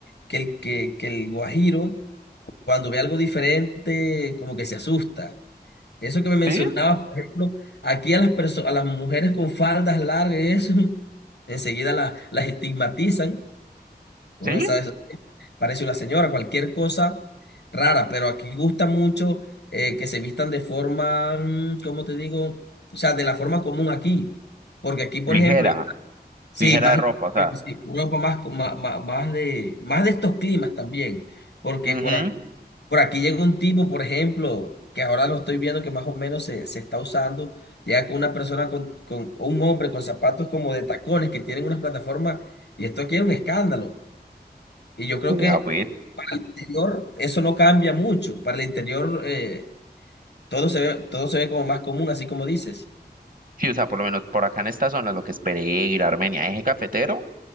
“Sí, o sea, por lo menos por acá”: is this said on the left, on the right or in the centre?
Right